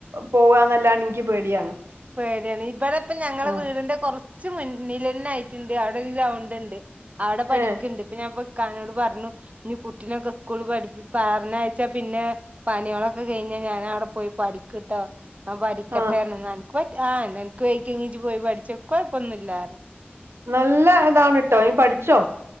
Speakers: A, on the right; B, on the right.
A: പോവാന്നല്ലാന്നെ ഇൻക്ക് പേടിയാണ്
B: പേടിയാണ് ഇവിടെ ഇപ്പ ഞങ്ങളെ
A: ആഹ്
B: വീടിന്റെ കൊറ കുറച്ച് മുന്നിലന്നെ ആയിട്ടുണ്ട് അവിടെ ഒരു ഗ്രൗണ്ട് ഉണ്ട് അവിടെ പഠിക്കണ്ട്
A: ഏഹ്
B: ഇപ്പൊ ഞാൻ ഇകാനോട് പറഞ്ഞു ഇനി കുട്ടിനൊക്കെ സ്കൂളിൽ പഠിപ്പിക്ക പറഞ്ഞാഴച്ചാ പിന്നെ പണികളൊക്കെ കഴിഞ്ഞാ ഞാന അവിടെ പോയി പഠിക്കുട്ടോ ആ പഠിക്കട്ടെന്ന്
A: ആഹ്
B: ആ അനക്ക് വൈക്കോ ങ്ങ ജ്ജ് പോയി പഠിച്ചോ ഇക്ക് െക്കഴപ്പൊന്നു ഇല്ല പറഞ്ഞു
A: നല്ല ഇതാണ് ട്ടോ നീ പഠിച്ചോ